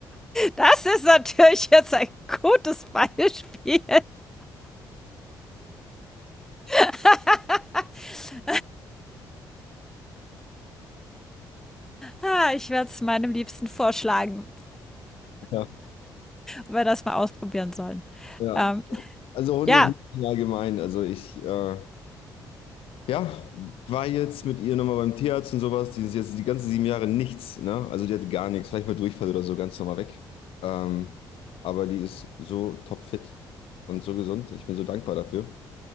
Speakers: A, in the centre; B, on the left (about 70°).
A: Das ist natürlich jetzt ein gutes Beispiel. <laughs> Ah, ich werde es meinem Liebsten vorschlagen,
B: Ja,
A: ob wir das mal ausprobieren sollen.
B: ja.
A: Ähm,
B: Also Hunde
A: ja.
B: wirklich allgemein. Also ich äh, ja, war jetzt mit ihr nochmal beim Tierarzt und sowas. Die ist jetzt die ganzen sieben Jahre nichts, ne? Also die hat gar nichts, vielleicht mal Durchfall oder so, ganz normal weg. Ähm, aber die ist so topfit und so gesund. Ich bin so dankbar dafür.